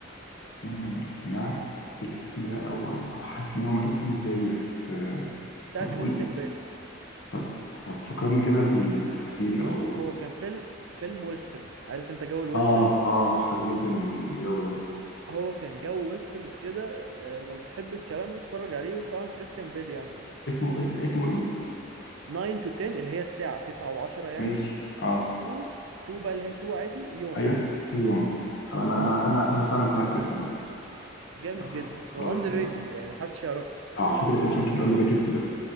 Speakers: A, on the left; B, on the right.
A: مم، سمعت الاسم ده او او او حاسس ان هو مألوف بالنسبه لي بس آه
B: بتاع
A: طب
B: كريستيان
A: قول
B: بيل
A: طب طب فكرني كده بال- بالتفاصيل
B: بص
A: او
B: هو كان فيلم فيلم ويسترن عارف انت جو الويسترن
A: اه اه حابب جدا الجو ده
B: هو كان جو ويسترن كده آه لو بتحب الكلام ده اتفرج عليه وطبعا كريستيان بيل يعني
A: اسمه اس... اسمه ايه؟
B: 9 to 10 اللي هي الساعة 9 و10 يعني
A: ماشي اه
B: 2 2 بقى اللي هي 2 عادي يوما
A: ايوه طيوما طب انا
B: اه
A: انا انا انا فعلا سمعت الاسم ده
B: جامد
A: لا خ-
B: جدا
A: خلاص
B: واندر
A: انا
B: ريتد يعني محدش يعرفه
A: اه على فكره في افلام كتير اندر ريتد